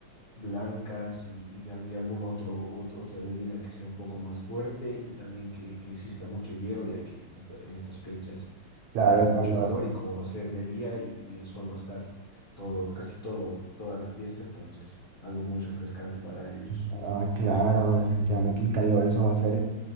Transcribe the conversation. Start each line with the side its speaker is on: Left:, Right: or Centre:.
Left: blancas y, y al- y algún otro, ot- otra bebida que sea un poco más fuerte y también que, que exista mucho hielo, ya que en esta- en estas fechas
Right: Claro,
Left: eh, hace
Right: el
Left: mucho
Right: calor.
Left: calor y como va a ser de día y, y el sol va a estar todo, casi todo, toda la fiesta, entonces algo muy refrescante para ellos.
Right: Ah, claro, definitivamente el calor, eso va a ser.